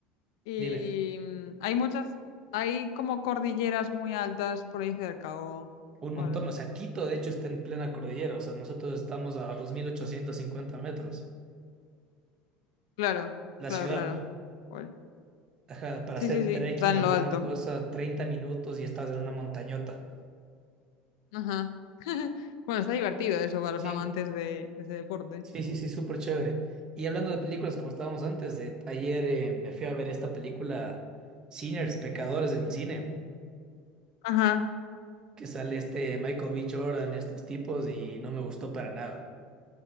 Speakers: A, on the left; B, on the right.
A: y
B: Dime.
A: mm, hay muchas, hay como cordilleras muy altas por ahí cerca o,
B: Un
A: o
B: montón,
A: algo.
B: o sea, Quito de hecho está en plena cordillera, o sea, nosotros estamos a 2.850 metros,
A: Claro,
B: la
A: claro,
B: ciudad.
A: claro. Joder.
B: Ajá, para
A: Sí,
B: hacer
A: sí, sí,
B: trekking
A: está en
B: o alguna
A: lo alto.
B: cosa, 30 minutos y estás en una montañota.
A: Ajá. <laughs> Bueno, está divertido eso para los
B: Sí,
A: amantes de, de ese deporte.
B: sí, sí, sí, súper chévere. Y hablando de películas, como estábamos antes, de, ayer eh, me fui a ver esta película Sinners, Pecadores en el cine,
A: Ajá.
B: que sale este Michael B. Jordan, estos tipos, y no me gustó para nada.